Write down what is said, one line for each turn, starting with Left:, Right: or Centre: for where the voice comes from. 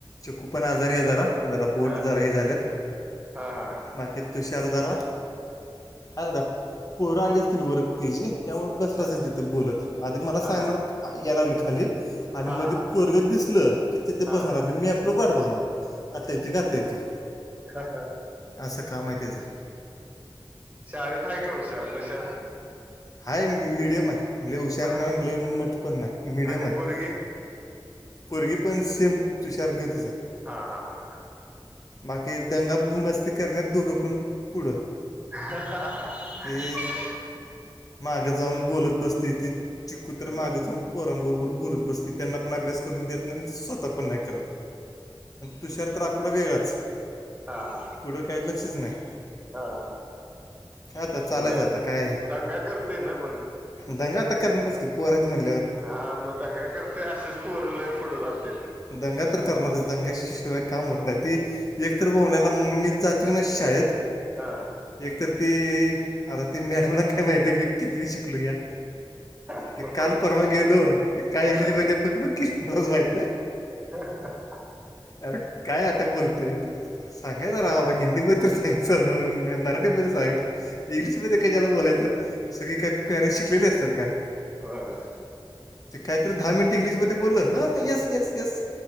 Left: चक्कू पण आजारी आहे जरा जरा होट
Right: हा
Left: जरा हे झाल्यात.
Right: हा हा
Left: बाकी तुषारधरा हा दादा पोरं आली असतील वर त्याजी त्यामुळे बसलाच
Right: हा
Left: तिथं बोलत आधी मला सांगणार
Right: हा हा
Left: याय लावली खाली आणि
Right: हा
Left: मध्ये पोरगं दिसलं की तिथे
Right: हा
Left: बसणार आणि मी आपलं वाट बघणार. आत्ता येतोय काय आत्ता येतोय.
Right: हा हा.
Left: अस काम हाय तेझं
Right: शाळेत हाय काय हुशार तुषार
Left: हाय मिडियम आहे लय हुशार
Right: हा
Left: नाही लय मटपण नाही मिीडियम
Right: आणि
Left: आहे
Right: पोरगी
Left: पोरगीपण सेम तुषार गत ज आहे
Right: हा हा हा
Left: बाकी दंगा मस्ती करण्यात दोघं पण पुढं
Right: हा हं हं
Left: ते
Right: <inaudible>
Left: मागं जाऊन बोलत बसते ती चिकू
Right: हा
Left: तर मागं जाऊन पोरांबरोबर बोलत बसते. त्यांना पण अभ्यास करून देत नाही स्वतः पण नाही करत तुशार तर आपला वेगळाच
Right: हा हा
Left: पुढं काही लक्षच नाही
Right: हा.
Left: का आता चालायचं
Right: पण दंग
Left: आता काय
Right: दंगा करतय ना पण
Left: दंगा आता करणारच की पोर्यात म्हणल्यावर
Right: हा मग दंगा करतेय असेच पोरल पुढे जात्यात
Left: दंगा तर करणारच दंगाशिवाय काम होत मग ती एकतर बोबल्याला मीचं जातो ना शाळेत
Right: हा
Left: एक तरर ती आता ती मॅडमला काय माहिती आहे मी किती शिकलो या
Right: बर
Left: ते काल परवा गेलो ते काय
Right: ह
Left: इंग्लिजमध्ये बकबक केली मलाच माहित नाही
Right: हा ना ह
Left: अरे काय आता बोलतय सांगायचं जरा बा हिंदी मध्ये तर सांगायच समजावून नाही मराठीमध्ये सांग इंग्लिशमध्ये काही ज्याला बोलायचं सगळी काही पॅरेंट्स शिकलेले असतात का
Right: होय.
Left: ते काय तर दहा मिनिट इंग्लिशमध्ये बोललं तर येस येस तेस